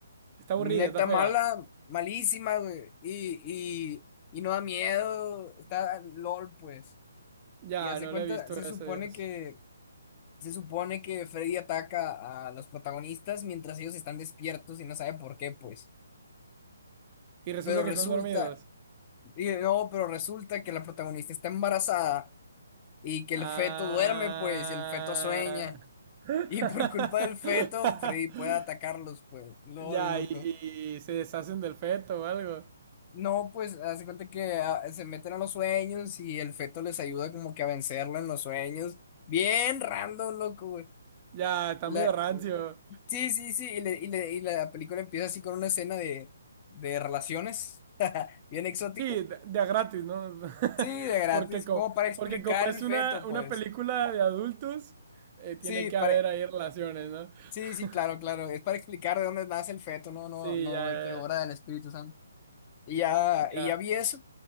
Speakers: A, on the right; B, on the left.
A: Está aburrida,
B: Neta
A: está fea.
B: mala, malísima, güey. Y, y, y no da miedo. Está LOL, pues.
A: Ya,
B: Y hace
A: no
B: cuenta,
A: lo he visto,
B: se
A: gracias
B: supone
A: a Dios.
B: que, se supone que Freddy ataca a los protagonistas mientras ellos están despiertos y no sabe por qué, pues.
A: Y resulta
B: Pero
A: que
B: resulta,
A: están dormidos.
B: y no, pero resulta que la protagonista está embarazada y que
A: Ah.
B: el feto duerme, pues, y el feto sueña.
A: <laughs>
B: Y por culpa del feto, Freddy puede atacarlos, pues. LOL,
A: Ya,
B: loco.
A: y, y se deshacen del feto o algo.
B: No, pues, hace cuenta que ah, se meten a los sueños y el feto les ayuda como que a vencerlo en los sueños. Bien random, loco, güey.
A: Ya, está
B: La-
A: medio rancio.
B: Sí, sí, sí. Y, le- y le- y la película empieza así con una escena de, de relaciones. <laughs> Bien exótico.
A: Sí, de, de a gratis, ¿no? <laughs>
B: Sí, de gratis.
A: Porque como,
B: Como para explicar
A: porque como es
B: el
A: una,
B: feto,
A: una
B: pues.
A: película de adultos, eh, tiene
B: Sí,
A: que
B: para...
A: haber ahí relaciones, ¿no? <laughs>
B: Sí, sí, claro, claro. Es para explicar de dónde nace el feto, no, no,
A: Sí,
B: no,
A: ya,
B: de qué obra del Espíritu Santo. Y ya,
A: ya,
B: y ya vi eso.